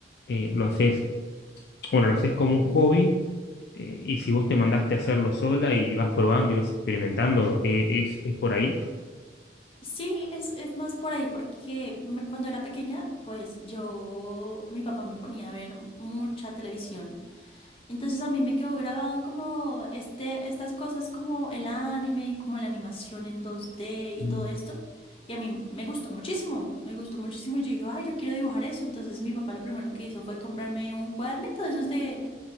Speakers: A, on the left; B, on the left.
A: eh, lo haces, bueno, lo haces como un hobby. eh, y si vos te mandaste a hacerlo sola y vas probando y vas experimentando, eh, es, es por ahí.
B: Sí, es, es más por ahí, porque me- cuando era pequeña, pues yo, mi papá me ponía a ver mucha televisión. Entonces a mí me quedó grabado como este, estas cosas como el anime, como la animación en 2D y
A: Mm,
B: todo esto. Y a mí me gustó muchísimo, me gustó muchísimo. Y yo dije, ay, yo quiero dibujar eso. Entonces mi papá lo primero que hizo fue comprarme un cuadernito de esos de,